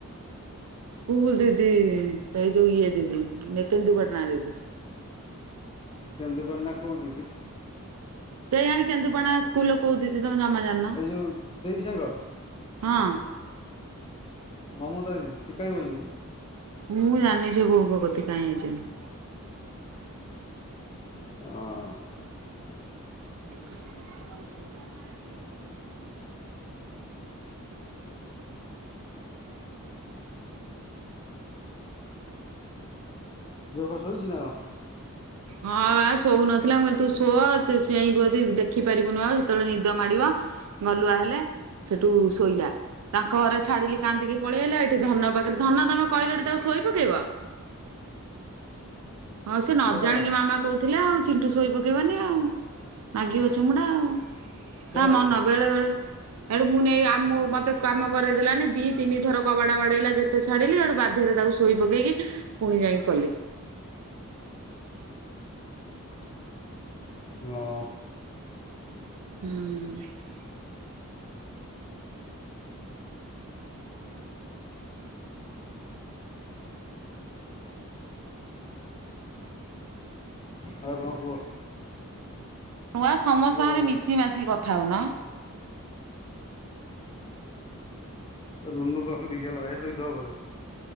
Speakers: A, on the right; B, on the left.
A: ସ୍କୁଲ ଦିଦି ଏଇ ଯୋଉ ଇଏ ଦିଦି ନେ କେନ୍ଦୁପାଟଣା ଦିଦି।
B: କେନ୍ଦୁପାଟାଣା କୋଉ ଦିଦି?
A: କେଇଆଣୀ କେନ୍ଦୁପଣା ସ୍କୁଲର କୋଉ ଦିଦି ତମେ ଜମା ଜାଣିନ
B: ଏ ଯୋଉ ଦେଇ ସାଙ୍ଗ
A: ହଁ।
B: ମମତା ଦିଦି ସେ କାଇଁ ବ‌ଇଚନ୍ତି।
A: ମୁଁ ଜାଣିିନି ସେ ବୋଉଙ୍କ କତିକି କାଇଁ ଆଇଚନ୍ତି।
B: ହଁ।
A: <unintelligible>
B: ଜୋକ ଶୋଇଚି ନା କଣ?
A: ହଁ ବା ଶୋଉ ନଥିଲା ମୁଁ କହିଲି ତୁ ଶୋ ଚେ-ଚେଇଁବୁ ଯଦି ଦେଖିପାରିବୁନି ଆଉ ସେତେବେଳେ ନିଦ ମାଡିବ। ଗଲୁଆ ହେଲେ ସେଠୁ ଶୋଇଲା। ତାଙ୍କ ଘରେ ଛାଡିଲି କାନ୍ଦିକି ପଳେଇଲା। ଏଠି ଧନ ପାଖରେ ଧନ ତମେ କହିଲ ଏଠି ତାକୁ ଶୋଇ ପକେଇବ। ହଁ ସେ ନ
B: କୁଆଡେ
A: ଜାଣିକି
B: ଗଲା
A: ମାମା କୋଉଥିଲା ଆଉ ଚିଣ୍ଟୁ ଶୋଇ ପକେଇବନି ଆଉ ନିଗିବ ଚୁମୁଡା ଆଉ।
B: କୁଆଡେ
A: ତା
B: ଗଲା
A: ମନ
B: କି?
A: ବେଳେ ବେଳେ ଏଣୁ ମୁଁ ନେଇ ଆମ ମୋ ମତେରୁ କାମ କରେଇ ଦେଲାନି ଦି ତିନି ଥର କବାଡ ବାଡେଇଲା ଯେ ଗୋଟେ ଛାଡିଲି ହେଟୁ ବାଧ୍ୟରେ ତାକୁ ଶୋଇ ପକେଇକି ପୁଣି ଯାଇଁକି କଲି।
B: ହଁ।
A: ହୁଁ।
B: ଆଉ କଣ କୁ଼ହ।
A: ନୂଆ ସମସ୍ତସାଙ୍ଗରେ
B: ଲଗାଏ
A: ମିଶି ମାସିକି କଥା ହୋଉନ।
B: ରୁନୁ ପାଖୁ ଦି ଜାଲ ଏ ଶୋଇଥିବ ବୋଧେ।